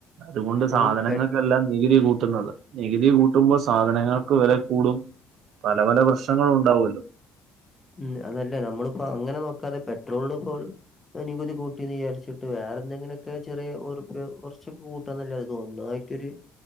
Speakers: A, on the right (about 70°); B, on the left (about 20°).
A: അതുകൊണ്ട്
B: അത്
A: സാധനങ്ങൾ
B: പെ
A: ക്കെല്ലാം നികുതി കൂട്ടുന്നത് നികുതി കൂട്ടുമ്പോ സാധനങ്ങൾക്ക് വെല കൂടും പല പല പ്രശ്നങ്ങളും ഉണ്ടാവോല്ലോ
B: ഉം അതല്ല നമ്മള്പ്പോ അങ്ങനെ നോക്കാതെ പെട്രോളിലിപ്പോ നികതി കൂട്ടിന്ന് വിചാരിച്ചിട്ട് വേറെ എന്തെങ്കിലൊക്കെ ചെറിയ ഒറുപ്യോ കൊറച്ച് കൂട്ടാന്നല്ലാതെ ഇത് ഒന്നായി റ്റൊരു